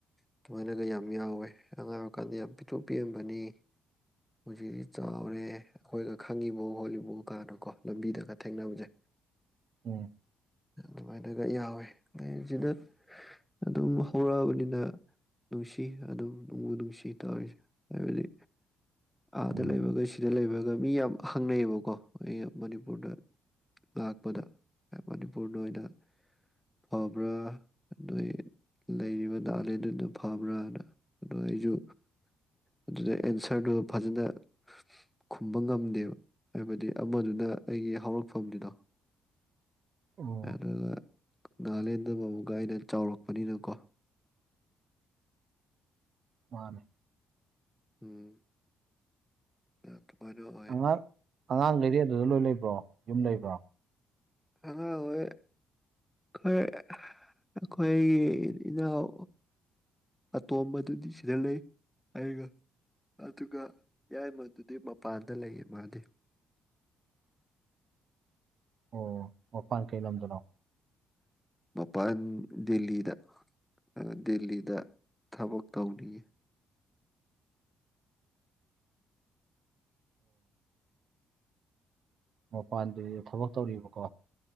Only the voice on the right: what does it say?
ꯎꯝ
ꯎꯝ
ꯑꯣ
ꯃꯥꯅꯦ
ꯑꯉꯥꯡ ꯑꯉꯥꯡꯈꯩꯗꯤ ꯑꯗꯨꯗ ꯂꯣꯏ ꯂꯩꯕ꯭ꯔꯣ ꯌꯨꯝ ꯂꯩꯕ꯭ꯔꯣ
<unintelligible> ꯑꯣ ꯃꯄꯥꯟ ꯀꯩ ꯂꯝꯗꯅꯣ
ꯃꯄꯥꯟꯗ ꯊꯕꯛ ꯇꯧꯔꯤꯕꯀꯣ